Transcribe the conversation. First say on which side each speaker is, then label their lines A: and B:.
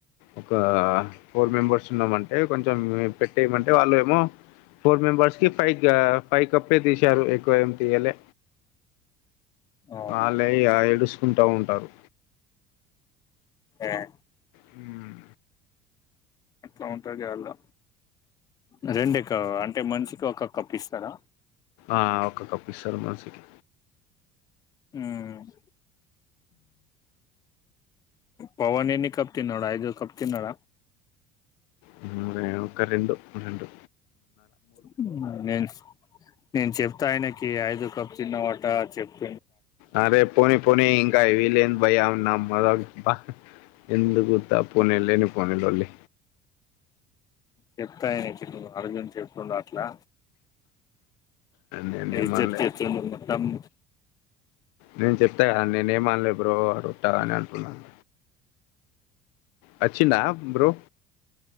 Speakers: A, on the left; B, on the left.
A: ఒక ఫోర్ మెంబెర్స్ ఉన్నామంటే కొంచెం పెట్టేయమంటే వాళ్ళు ఏమో ఫోర్ మెంబెర్స్కి ఫైవ్ ఫైవ్ కప్పే తీసారు ఎక్కువ ఏమి తీయలే
B: అవునా
A: అ లేయ్య ఆ ఎడ్యూస్ స్త ఉంటారు
B: యా
A: హ్మ్
B: అవుంతాచలా అదేంటి ఇక అంటే మనిషికి ఒక కప్పు ఇస్తారా
A: ఆ ఒక కప్ ఇస్తారు మనిషికి
B: మ్మ్ పవన్ ఎన్ని కప్ తిన్నాడో ఐదు కప్ తిన్నాడ
A: హ్మ్ నేను ఒక రొండు ఆ రొండు
B: హ్మ్ నేను నేను చెప్తాయన తి ఐదు కప్ తిన్నవాట చెప్పు
A: అరే పోనీ పోనీ ఇంకా వీలే <unintelligible> ఉతపుడు నేను లేను వన్ అండ్ ఓన్లీ
B: చెప్తాయ ఏంటి అర్జున్ చెప్తుండ అట్లా
A: నేనేమనలే
B: ఇజ్జప్తి అతుమ్
A: నేను చెప్తా కదా నేను ఏం అన్నలే బ్రో అ రట్టా అని అంటున్నాడు వచ్చిందా బ్రో